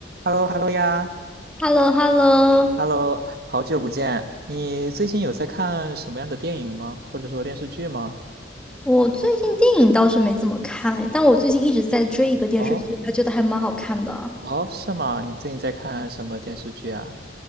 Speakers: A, on the right; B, in the centre.
A: Hello，Hello 呀
B: h e l l o h e l l o
A: ，Hello，好久不见。你最近有在看什么样的电影吗？或者说电视剧吗？
B: 我最近电影倒是没怎么看哎，但我最近一直在追一个电视剧，
A: 哦
B: 还觉得还蛮好看的，
A: 哦，是吗？你最近在看什么电视剧啊？